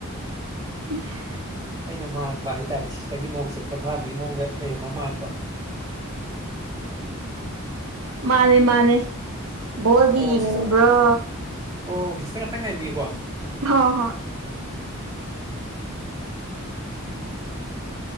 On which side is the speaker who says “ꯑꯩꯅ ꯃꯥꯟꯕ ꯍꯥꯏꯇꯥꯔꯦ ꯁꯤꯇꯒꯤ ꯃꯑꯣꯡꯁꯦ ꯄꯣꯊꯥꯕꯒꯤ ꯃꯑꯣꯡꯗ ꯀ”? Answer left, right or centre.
Right